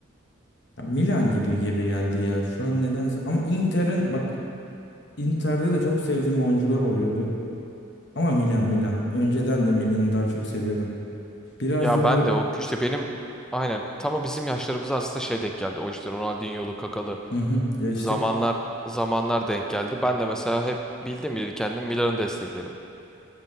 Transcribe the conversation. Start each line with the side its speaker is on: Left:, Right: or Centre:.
Left: ya Milan gibi gibi geldi ya şu an nedense. Ama Inter'in bak Inter'de de çok sevdiğim oyuncular oluyordu. Ama Milan Milan. Önceden de Milan'ı daha çok seviyordum. Biraz
Centre: Ya
Left: da
Centre: ben
Left: bu
Centre: de o işte benim aynen tam o bizim yaşlarımıza aslında şey denk geldi. O işte Ronaldinho'lu Kakalı
Left: hı hı, ya işte
Centre: zamanlar zamanlar denk geldi. Ben de mesela hep bildim bileli kendim Milan'ı desteklerim.